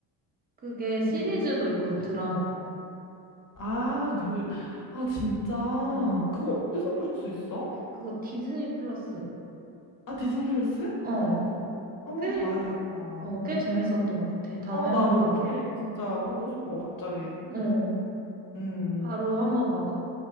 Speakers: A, on the right (about 20°); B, on the left (about 40°).
A: 그게 시리즈도
B: 음.
A: 있거든, 드라마로.
B: 아
A: 응,
B: 그 아 진짜
A: 어,
B: 그거 어디서 볼 수 있어?
A: 그거 디즈니 플러스.
B: 아 디즈니 플러스?
A: 어,
B: 오, 한번
A: 꽤,
B: 봐야 되겠다.
A: 어, 꽤 재밌었던 것 같아. 다음에
B: 어 나
A: 한번
B: 로키
A: 봐봐.
B: 진짜 보고 싶어 갑자기.
A: 어
B: 음
A: 바로 한번 봐봐.